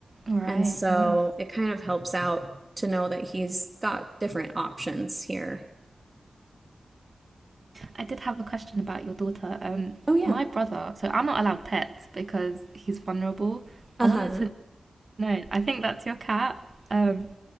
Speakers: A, on the right; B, on the right.
A: All right,
B: And so
A: nice.
B: it kind of helps out to know that he's got different options here.
A: I did have a question about your daughter. Um,
B: Oh yeah.
A: my brother, so I'm not allowed pets because he's vulnerable.
B: Uh-huh.
A: I wanted to know, I think that's your cat. Um,